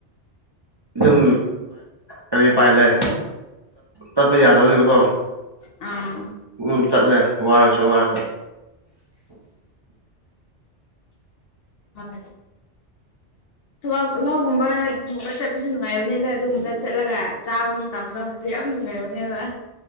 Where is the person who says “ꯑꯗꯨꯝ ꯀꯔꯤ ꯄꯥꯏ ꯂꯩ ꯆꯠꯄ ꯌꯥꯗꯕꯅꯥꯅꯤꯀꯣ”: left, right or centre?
Right